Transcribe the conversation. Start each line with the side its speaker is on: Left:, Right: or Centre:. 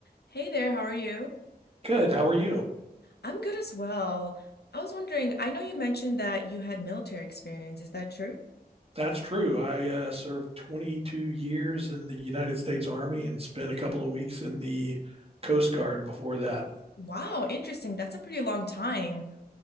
Left: Hey there, how are you?
Right: Good. How are you?
Left: I'm good as well. I was wondering, I know you mentioned that you had military experience. Is that true?
Right: That's true. I uh, served 22 years in the United States Army and spent a couple of weeks in the Coast Guard before that.
Left: Wow, interesting. That's a pretty long time.